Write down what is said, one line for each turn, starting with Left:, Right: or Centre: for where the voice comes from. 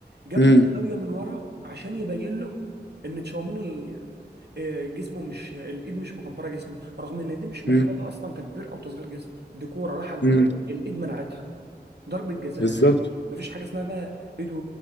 Right: جاب
Left: امم
Right: له زاويه من ورا عشان يبين له ان تشاوميني آه، جسمه مش الايد مش مكبره جسمه رغم ان دي مش محتاجه
Left: امم
Right: اصلا تكبير او تصغير جسم دي كوره راحت جون
Left: امم
Right: الايد منعتها ضربه جزاء
Left: بالظبط
Right: مش مفيش حاجه اسمها بقى ايده